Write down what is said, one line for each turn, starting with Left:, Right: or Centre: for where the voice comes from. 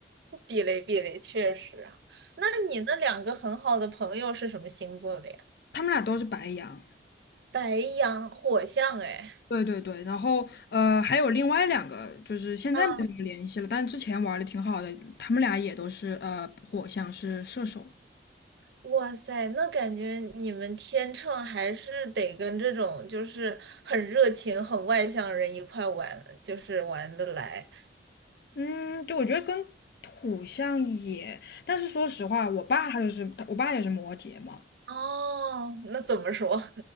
Right: 避雷避雷，确实啊。那你那两个很好的朋友是什么星座的呀？
Left: 他们俩都是白羊，
Right: 白羊、火象，哎，
Left: 对对对，然后呃，还有另外两个，就是现在没什么联系了，
Right: 啊，
Left: 但之前玩的挺好的，他们俩也都是呃火象是射手，
Right: 哇塞，那感觉你们天秤还是得跟这种就是很热情、很外向的人一块玩，就是玩得来。
Left: 嗯，就我觉得跟土象也，但是说实话，我爸他就是我爸也是摩羯嘛，
Right: 哦，那怎么说？